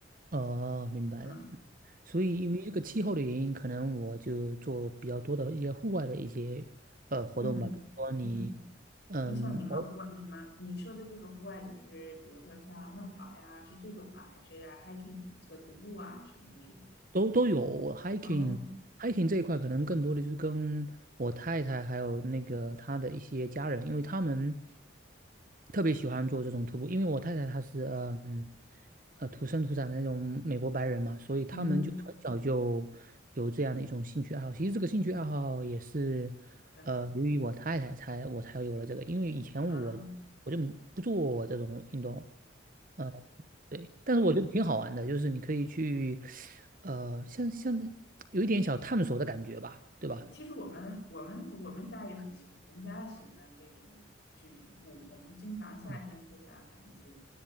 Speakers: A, on the right (about 45°); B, on the left (about 55°).
A: 哦，明白了。
B: 嗯
A: 所以因为这个气候的原因，可能我就做比较多的一些户外的一些呃活动吧，
B: 嗯嗯。
A: 比如说你，嗯，
B: 那像你们户外，
A: 偶
B: 你们你说的这个户外，就是比如说像慢跑呀，是这种啊，还是 hiking 这个徒步啊什么的这种？
A: 都都有。我 hiking
B: 哦，
A: hiking 这一块可能更多的就是跟我太太还有那个她的一些家人，因为他们特别喜欢做这种徒步。因为我太太她是呃嗯呃土生土长的那种美国白人嘛，所以他们就从小就有这样的一种兴趣爱好。
B: 嗯，
A: 其实这个兴趣爱好也是呃由于我太太才我才有了这个，
B: 很好
A: 因为以前我我就不做这种运动。
B: 啊啊。嗯
A: 嗯。对，但是我觉得挺好玩的，就是你可以去，呃，像像有一点小探索的感觉吧，对吧？
B: 对，其实我们我们我们家也很喜欢，我们家喜欢这个去徒步，我们经常夏天就会安排一些
A: 嗯